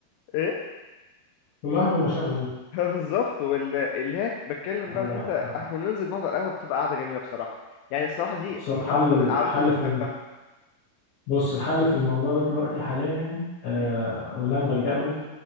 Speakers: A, on the left (about 85°); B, on the left (about 50°).
A: ايه
B: كل واحد ومشاغله
A: <laughs> بالظبط واللي هي بتكلم
B: آه،
A: بقى
B: آه.
A: ان انت احنا
B: آه.
A: بننزل نقعد على القهوه بتبقى قاعده جميله بصراحه يعني الصراحه دي
B: بص هو
A: من
B: الحل
A: اكتر القعدات
B: الحل
A: اللي
B: في
A: بحبها
B: الم... بص الحل في الموضوع ده دلوقتي حاليا يعني آه
A: مم.
B: واللي انا بلجأ له